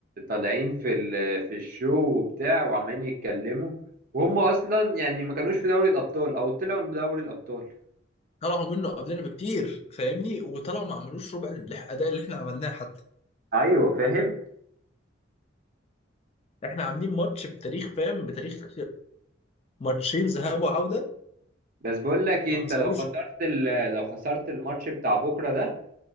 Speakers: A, on the right; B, on the left.
A: طالعين في ال- في الشو وبتاع وعمالين يتكلموا وهم اصلا يعني ما كانوش في دوري الابطال او طلعوا من دوري الابطال
B: طلعوا منه قبلنا بكتير فاهمني وطلعوا ما عملوش ربع الاداء اللي احنا عملناه حتى
A: ايوه فاهم
B: احنا عاملين ماتش بتاريخ فاهم بتاريخ ماتشين ذهاب وعودة
A: بس بقول لك إيه،
B: ما
A: انت
B: حصلوش
A: لو خسرت ال- لو خسرت الماتش بتاع بكره ده